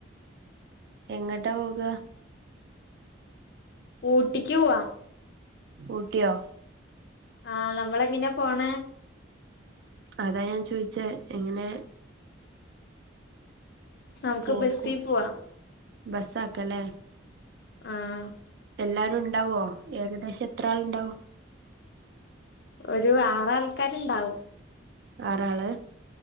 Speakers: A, on the right; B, on the left.
A: എങ്ങട്ടാ പോക
B: ഊട്ടിക്ക് പോവാ
A: ഊട്ടിയോ
B: ആഹ് നമ്മള എങ്ങനെ പോണേ
A: അതാ ഞാൻ ചോയിച്ചേ എങ്ങനെ
B: നമുക്ക്
A: പോക്കും
B: ബസ്സി പോവാം
A: ബസ്സാക്കലേ
B: ആഹ്
A: എല്ലാരും ഉണ്ടാവോഏകദേശം എത്ര ആൾ ഉണ്ടാവും
B: ഒരു ആറ് ആൾക്കാരുണ്ടാവും
A: ആറാള്